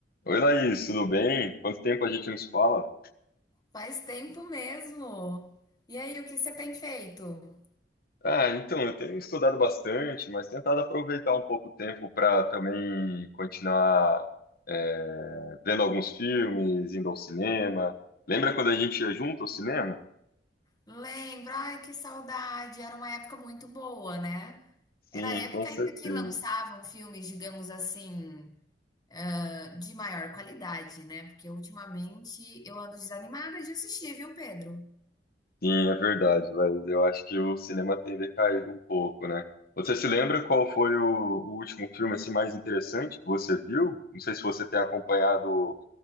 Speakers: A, on the left; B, on the left.
A: Oi, Laís, tudo bem? Quanto tempo a gente não se fala?
B: Faz tempo mesmo. E aí, o que você tem feito?
A: Ah, então, eu tenho estudado bastante, mas tentado aproveitar um pouco o tempo para também continuar é, vendo alguns filmes, indo ao cinema. Lembra quando a gente ia junto ao cinema?
B: Lembra? Ai, que saudade. Era uma época muito boa, né?
A: Sim,
B: Era a época
A: com certeza.
B: ainda que lançavam filmes, digamos assim, ah, de maior qualidade, né? Porque ultimamente eu ando desanimada de assistir, viu, Pedro?
A: Sim, é verdade, Laís. Eu acho que o cinema tem decaído um pouco, né? Você se lembra qual foi o, o último filme assim, mais interessante que você viu? Não sei se você tem acompanhado